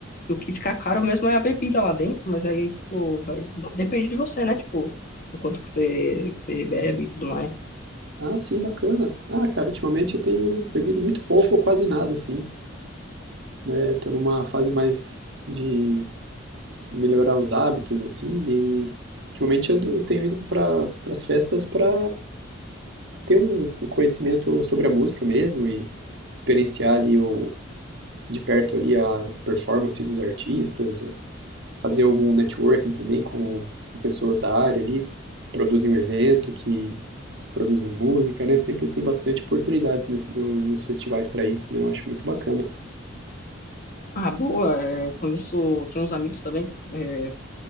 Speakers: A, on the left; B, on the right.
A: E o que fica caro mesmo é a bebida lá dentro, mas aí, tipo, vai, depende de você, né? Tipo, do quanto que você, que você bebe e tudo mais.
B: Ah, sim, bacana. Ah, cara, ultimamente eu tenho bebido muito pouco ou quase nada, assim. né? Tô numa fase mais de melhorar os hábitos, assim, e ultimamente eu, tenho ido para as festas para ter um, um conhecimento sobre a música mesmo e experienciar ali o, de perto ali a performance dos artistas, fazer algum networking também com, com pessoas da área ali, que produzem o evento, que produzem música, né? Sempre tem bastante oportunidades nesse- no- nos festivais para isso, né? Eu acho muito bacana.
A: Ah, boa, é, com isso tem uns amigos também que é,